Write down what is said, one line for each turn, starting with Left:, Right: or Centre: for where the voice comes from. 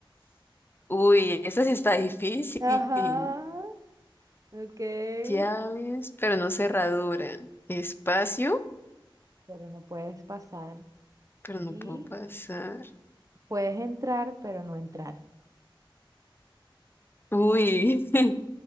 Left: Uy, esta sí está difícil.
Right: ajá, ok.
Left: Llaves, pero no cerradura. Espacio,
Right: Pero no puedes pasar.
Left: pero no
Right: Y
Left: puedo pasar.
Right: puedes entrar, pero no entrar.
Left: Uy. <laughs>